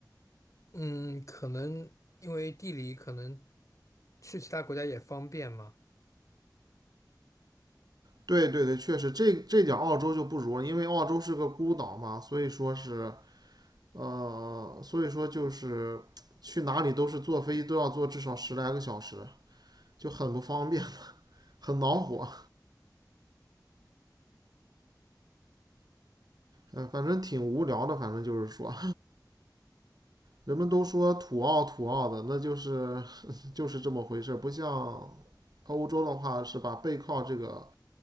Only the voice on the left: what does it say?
嗯，可能因为地理可能去其他国家也方便嘛。